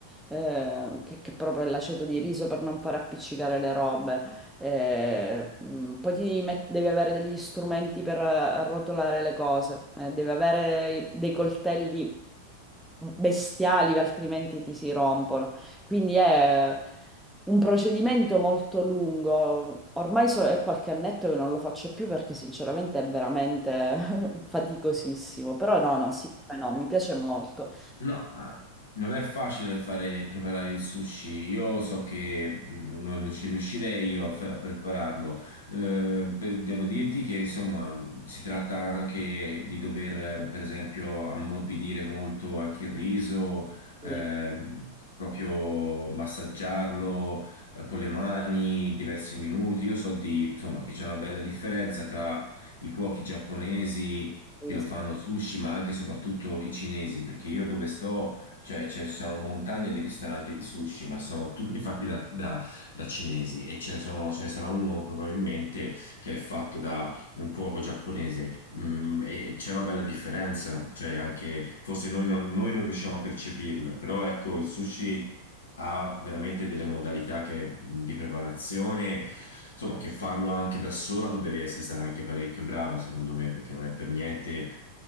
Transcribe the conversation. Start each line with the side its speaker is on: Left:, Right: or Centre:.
Centre: eh, che, che proprio è l'aceto di riso per non far appiccicare le robe. Eh, mm, poi ti devi, met- devi avere degli strumenti per eh, arrotolare le cose, eh, devi avere dei coltelli bestiali, altrimenti ti si rompono. Quindi è un procedimento molto lungo. Ormai so- è qualche annetto che non lo faccio più perché sinceramente è veramente <laughs> faticosissimo. Però no, no, sì, come no, mi piace molto.
Left: No, ah, non è facile fare, preparare il sushi. Io so che mm, non ci riuscirei io a, fa- a prepararlo. Eh, pe- devo dirti che insomma si tratta anche di dover, eh, per esempio, ammorbidire molto anche il riso, ehm,
Centre: Sì,
Left: proprio massaggiarlo, eh, con le mani diversi minuti. Io so di, insomma, che c'è una bella differenza tra i cuochi giapponesi
Centre: sì,
Left: che lo
Centre: sì.
Left: fanno sushi, ma anche e soprattutto i cinesi, perché io dove sto, cioè c'è c'è una montagna di ristoranti di sushi, ma sono tutti fatti da, da- da cinesi e ce ne sono, ce ne sarà uno probabilmente che è fatto da un cuoco giapponese mm, e c'è una bella differenza, cioè anche forse noi non, noi non riusciamo a percepirla, però ecco il sushi ha veramente delle modalità che- mm, di preparazione, insomma che farlo anche da sola tu devi essere stata anche parecchio brava secondo me perché non è per niente,